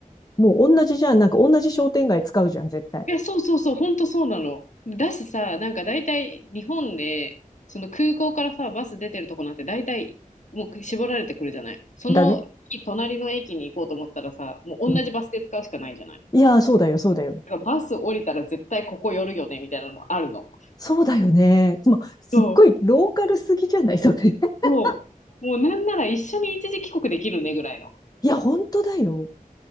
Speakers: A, on the left; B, on the left.
A: もう同じじゃん。なんか同じ商店街使うじゃん、絶対。
B: いや、そうそうそう、ほんとそうなの。だしさ、なんか大体日本で、その空港からさ、バス出てるとこなんて大体もう絞られてくるじゃない。その隣の駅に行こうと思ったらさ、
A: だね。
B: もう同じバスで使うしかないじゃない。
A: うん。いやー、そうだよ、そうだよ。
B: だからバス降りたら絶対ここ寄るよね、みたいなのもあるの。
A: そうだよね。もう、すっごいローカルすぎじゃないそれ。
B: そう
A: <laughs>
B: そう。もうなんなら一緒に一時帰国できるねぐらいの。
A: いや、本当だよ。